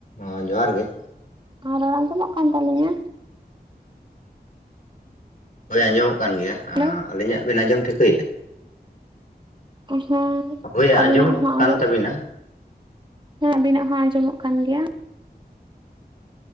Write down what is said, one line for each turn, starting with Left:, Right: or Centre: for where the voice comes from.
Left: ᱦᱚᱸ ᱡᱚᱦᱟᱨ ᱜᱮ,
Right: ᱟᱨ ᱟᱨᱚᱲ ᱟᱸᱡᱚᱢᱚᱜ ᱠᱟᱱ ᱛᱟᱞᱤᱧᱟ?
Left: ᱦᱳᱭ ᱟᱸᱡᱚᱢᱚᱜ ᱠᱟᱱ ᱜᱮᱭᱟ᱾
Right: ᱦᱮᱞᱳ
Left: ᱟᱹᱞᱤᱧᱟᱜ ᱵᱤᱱ ᱟᱸᱡᱚᱢ ᱴᱷᱤᱠᱟᱹᱭ ᱮᱫᱟ?
Right: ᱦᱩᱸ
Left: ᱦᱳᱭ ᱟᱸᱡᱚᱢᱚᱜ
Right: ᱟᱹᱵᱤᱱᱟᱜ ᱦᱚᱸ
Left: ᱠᱟᱱ
Right: ᱟᱡᱚᱢ
Left: ᱛᱟᱵᱤᱱᱟ
Right: ᱦᱮᱸ ᱟᱵᱤᱱᱟᱜ ᱦᱚᱸ ᱟᱸᱡᱚᱢᱚᱜ ᱠᱟᱱ ᱜᱮᱭᱟ᱾